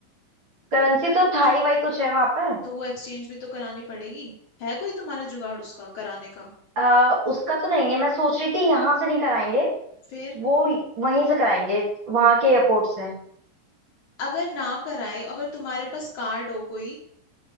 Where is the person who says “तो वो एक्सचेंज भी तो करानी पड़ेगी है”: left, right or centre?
Left